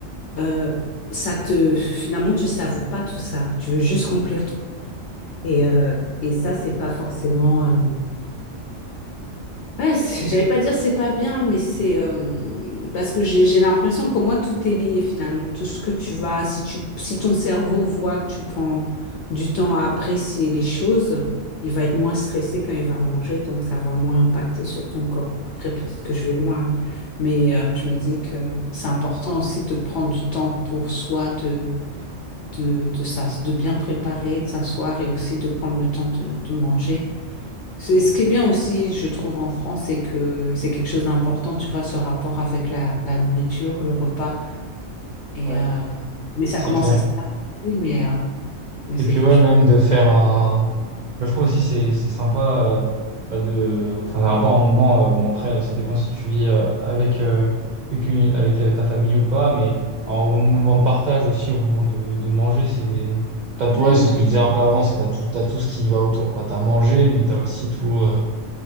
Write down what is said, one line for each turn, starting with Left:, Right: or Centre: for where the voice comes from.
Left: euh, ça te, finalement, tu savoures pas tout ça. Tu veux juste remplir
Right: Mm.
Left: ton... Et, euh, et ça, c'est pas forcément... euh, Ouais, c'est- j'allais pas dire c'est pas bien, mais c'est euh, parce que j'ai j'ai l'impression que pour moi tout est lié finalement. Tout ce que tu vas, si tu, si ton cerveau voit que tu prends du temps à apprécier les choses, il va être moins stressé quand il va manger, donc ça va moins impacter sur ton corps. Après, peut-être que je vais loin, hein, mais euh, je me dis que c'est important aussi de prendre du temps pour soi, de de de, s'as- de bien préparer, de s'asseoir et aussi de prendre le temps de, de manger. C'est- Ce qui est bien aussi, je trouve, en France, c'est que c'est quelque chose d'important, tu vois, ce rapport avec la, la nourriture, le repas. Et,
Right: Ouais,
Left: euh, mais ça
Right: c'est
Left: commence
Right: clair.
Left: à se passer, mais, euh, mais c'est
Right: Et puis
Left: quelque
Right: ouais,
Left: chose.
Right: même de faire un Moi, je trouve aussi c'est c'est sympa euh, bah, de enfin c'est sympa un moment euh, bon après euh, ça dépend si tu vis euh, avec euh, avec, une- avec, euh, ta famille ou pas mais alors, au moment de partage aussi au moment de, de manger c'est t'as toi
Left: Mais
Right: c'est
Left: non,
Right: ce que je disais un peu avant c'est t'as tout t'as tout ce qui va autour quoi t'as mangé mais t'as aussi tout euh,